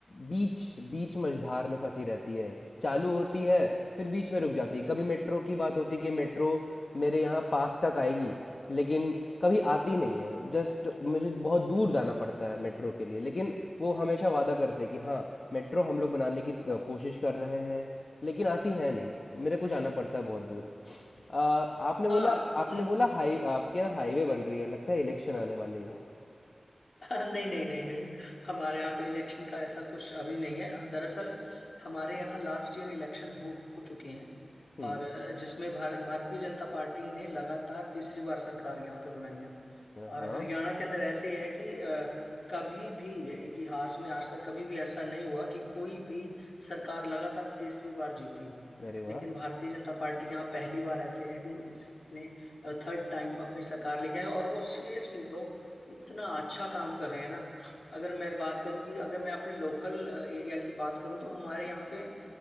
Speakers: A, on the left; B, on the left.
A: बीच बीच मझधार में फंसी रहती है चालू होती है फिर बीच में रुक जाती है कभी मेट्रो की बात होती है कि मेट्रो मेरे यहाँ पास तक आएगी लेकिन कभी आती नहीं है जस्ट मुझे बहुत दूर जाना पड़ता है मेट्रो के लिए लेकिन वो हमेशा वादा करते हैं कि हाँ मेट्रो हम लोग बनाने की अ, कोशिश कर रहे हैं लेकिन आती है नहीं मेरे को जाना पड़ता है बहुत दूर अ, आपने बोला
B: हाँ
A: आपने बोला हाई आपके यहाँ हाईवे बन रही है लगता है इलेक्शन आने वाली है
B: <laughs> नहीं नहीं नहीं नहीं हमारे यहाँ पे इलेक्शन का ऐसा कुछ अभी नहीं है दरअसल हमारे यहाँ लास्ट ईयर इलेक्शन हो हो चुके हैं
A: हुँ,
B: और अ, जिसमें भार, भारतीय जनता पार्टी ने लगातार तीसरी बार सरकार यहाँ पे बनाई है और
A: हाँ,
B: हरियाणा के अंदर ऐसे है कि अ, कभी भी इतिहास में आज तक कभी भी ऐसा नहीं हुआ कि कोई भी सरकार लगातार तीसरी बार जीती हो
A: अरे
B: लेकिन
A: वाह!
B: भारतीय जनता पार्टी यहाँ पहली बार ऐसे है कि इसने थर्ड टाइम अपनी सरकार लेके आए और वो सीरियसली ब्रो इतना अच्छा काम कर रहे हैं ना अगर मैं बात करूं कि अगर मैं अपने लोकल एरिया की बात करूं तो हमारे यहाँ पे